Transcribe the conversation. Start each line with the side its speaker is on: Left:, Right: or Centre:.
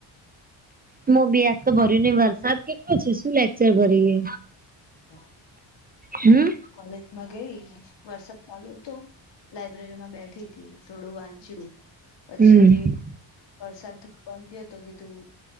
Right: મો બી આજ તો ભર્યું ને વરસાદ કેટલો છે શું લેક્ચર ભરીએ
Left: હા.
Right: હમ
Left: કોલેજમાં ગઈ વરસાદ ચાલુ હતો લાઈબ્રેરી માં બેઠી થોડું વાંચ્યું પછી
Right: હમ
Left: વરસાદ બંધ થયો હતો કીધું